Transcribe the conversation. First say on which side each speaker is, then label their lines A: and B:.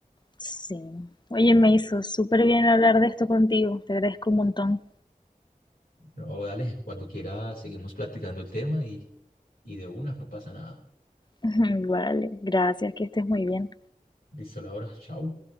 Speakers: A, on the left; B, on the left.
A: Sí. Oye, me hizo súper bien hablar de esto contigo. Te agradezco un montón.
B: No, dale, cuando quiera seguimos platicando el tema y, y de una, no pasa nada.
A: <laughs> Vale, gracias, que estés muy bien.
B: Listo, Laura, chao.